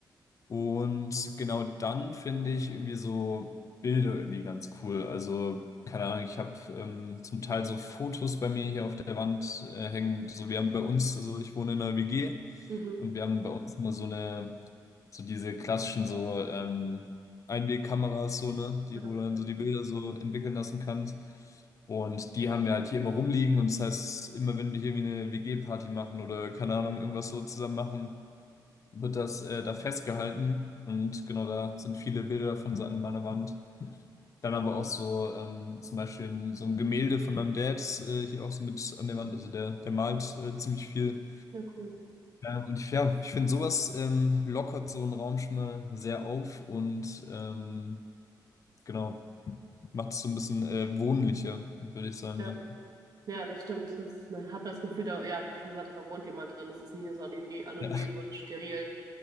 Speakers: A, on the left (about 45°); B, on the right (about 55°).
A: Und genau dann finde ich irgendwie so Bilder irgendwie ganz cool. Also, keine Ahnung, ich habe ähm, zum Teil so Fotos bei mir hier auf der Wand äh, hängen. So, wir haben bei uns, also ich wohne in einer WG
B: mhm.
A: und wir haben bei uns immer so eine, so diese klassischen so ähm, Einwegkameras, so, ne, die,
B: Ja,
A: wo du dann
B: cool.
A: so die Bilder so entwickeln lassen kannst. Und die haben wir halt hier immer rumliegen und das heißt, immer wenn wir hier irgendwie eine WG-Party machen oder keine Ahnung, irgendwas so zusammen machen, wird das äh, da festgehalten und genau da sind viele Bilder von so an meiner Wand. Dann aber auch so ähm, zum Beispiel so ein Gemälde von meinem Dad äh, hier auch so mit an der Wand. Also der, der malt äh, ziemlich viel.
B: Ja, cool.
A: Ähm, und ich, ja, ich finde, sowas ähm, lockert so einen Raum schon mal sehr auf und ähm, genau, macht es so ein bisschen äh, wohnlicher, würde ich sagen.
B: Ja,
A: Ne?
B: ja, das stimmt. Das, man hat das Gefühl, da, ja, wie du schon gesagt hast, da wohnt jemand drin. Das ist nicht nur so anonym anonym
A: Ja,
B: und steril.